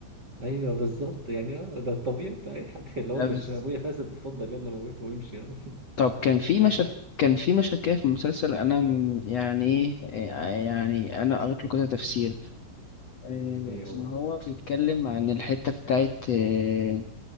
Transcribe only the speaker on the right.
ايوه بالظبط يعني اه ده الطبيعي بتاع اي حد <laughs> اللي هو
مش
ابويا فاسد اتفضل يلا موته وامشي يلا <laughs>
عشان
ايه هو